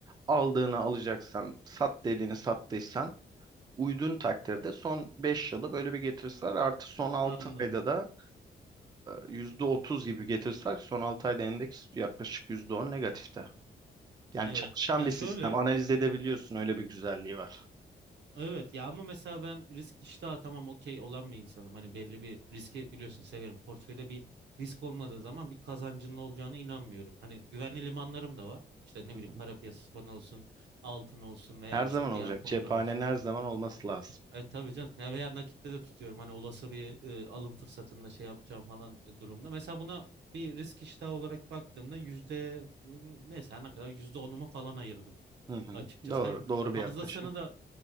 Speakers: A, on the right; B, on the right.
A: aldığını alacaksan, sat dediğini sattıysan uydun takdirde son 5 yılı böyle bir getirisi var. Artı son altı
B: Anladım.
A: ayda da e, %30 gibi getirisi var. Son 6 ayda endeks yaklaşık %10 negatifte. Yani
B: Evet.
A: çalışan
B: Ya
A: bir
B: şöyle.
A: sistem. Analiz edebiliyorsun. Öyle bir güzelliği var.
B: Evet ya ama mesela ben risk iştahı tamam okey olan bir insanım. Hani belli bir riski biliyorsun severim. Portföyde bir risk olmadığı zaman bir kazancının olacağına inanmıyorum. Hani güvenli limanlarım da var. İşte ne
A: Hı
B: bileyim
A: hı.
B: para piyasası fonu olsun, altın olsun veya
A: Her
B: işte
A: zaman olacak.
B: diğer fonlar
A: Cephanenin
B: olsun.
A: her zaman olması lazım.
B: E tabii canım. Ya veya nakitte de tutuyorum. Hani olası bir e, alım fırsatında şey yapacağım falan e, durumda. Mesela buna bir risk iştahı olarak baktığımda yüzde mesela ne kadar yüzde onumu falan ayırdım.
A: Hı hı.
B: açıkçası.
A: Doğru.
B: Hani
A: Doğru
B: fazlasını
A: bir yaklaşım.
B: da